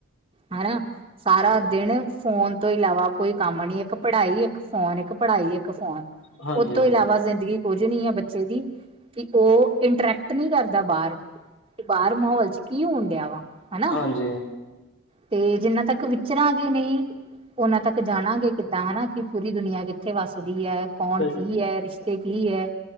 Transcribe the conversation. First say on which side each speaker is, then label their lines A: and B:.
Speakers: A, on the right (about 25°); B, on the left (about 60°).
A: ਹਨਾ, ਸਾਰਾ ਦਿਨ ਫੋਨ ਤੋਂ ਇਲਾਵਾ ਕੋਈ ਕੰਮ ਨੀ, ਇੱਕ ਪੜ੍ਹਾਈ ਇੱਕ ਫੋਨ, ਇੱਕ ਪੜ੍ਹਾਈ ਇੱਕ ਫੋਨ
B: ਹਾਂਜੀ
A: ਉਹ ਤੋਂ
B: ਹਾਂਜੀ
A: ਇਲਾਵਾ ਜ਼ਿੰਦਗੀ ਕੁਝ ਨੀ ਆ ਬੱਚੇ ਦੀ ਕਿ ਉਹ ਇੰਟਰੈਕਟ ਨਹੀਂ ਕਰਦਾ ਬਾਹਰ। ਤੇ ਬਾਹਰ ਮਾਹੌਲ ਚ ਕੀ ਹੋਣ ਡਿਆ ਵਾ। ਹਨਾ
B: ਹਾਂਜੀ।
A: ਤੇ ਜਿੰਨਾਂ ਤੱਕ ਵਿਚਰਾਂਗੇ ਨਹੀਂ, ਉਨ੍ਹਾਂ ਤੱਕ ਜਾਣਾਂਗੇ ਕਿੱਦਾਂ ਹਨਾ ਕਿ ਪੂਰੀ ਦੁਨੀਆ ਕਿੱਥੇ ਵੱਸਦੀ ਐ, ਕੌਣ
B: ਸਹੀ
A: ਕੀ ਐ, ਰਿਸ਼ਤੇ ਕੀ ਐ।